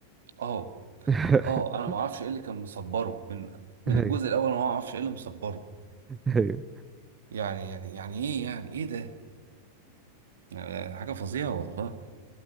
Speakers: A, on the right; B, on the right.
A: اه
B: <laughs>
A: اه انا ما اعرفش ايه اللي كان مصبره من من
B: ايوه
A: الجزء الاول انا ما اعرفش ايه اللي مصبره
B: ايوه
A: يعني يعني يعني ايه يعني ايه ده يعني حاجه فظيعه والله